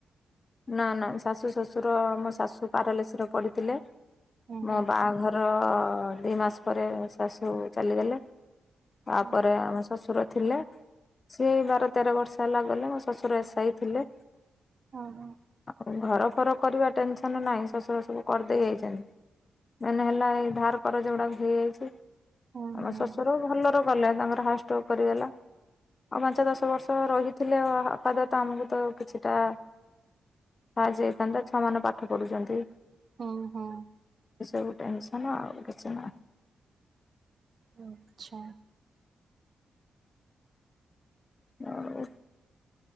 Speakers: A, on the left; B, on the right.
A: ନା ନା ଶାଶୁ ଶ୍ୱଶୁର ମୋ ଶାଶୁ ପାରାଲସରେ ପଡିଥିଲେ
B: ହୁଁ
A: ମୋ
B: ହୁଁ
A: ବାହାଘର ଅ ଅ ଅ ଦି ମାସ ପରେ ଶାଶୁ ଚାଲିଗଲେ ତାପରେ
B: ହୁଁ
A: ଆମେ ସ ଶ୍ୱଶୁର ଥିଲେ ସିଏ ବାର ତେର ବର୍ଷ ହେଲା ଗଲେ ମୋ ଶ୍ୱଶୁର ଏସାଇ ଥିଲେ।
B: ଓ ହ।
A: ଆଉ ଘର ଫର କରିବା ଟେନସନ୍ ନାହିଁ ଶ୍ୱଶୁର ସବୁ କରିଦେଇ ଯାଇଛନ୍ତି। ମେନ୍ ହେଲା ଏଇ ଧାର କରଜ ଗୁଡାକ ହେଇଯାଇଛି ଆମ
B: ହୁଁ ହୁଁ
A: ଶ୍ୱଶୁର ଭଲ ର ‍ ଗଲା ତାଙ୍କର ହାଷ୍ଟ ଷ୍ଟୋକ କରିଗଲା। ଆଉ ପାଞ୍ଚ, ଦଶ ବର୍ଷ ରହିଥିଲେ, ଆପାଦାତ ଆମକୁ ତ କିଛିଟା ସାହାଯ୍ୟ ହେଇଥାନ୍ତା ଛୁଆ ମାନେ ପାଠ ପଢୁଛନ୍ତି।
B: ହୁଁ ହଁ।
A: ଏସବୁ ଟେନସନ୍ ଆଉ କିଛି ନୁହଁ।
B: ଆଛା।
A: ହଉ।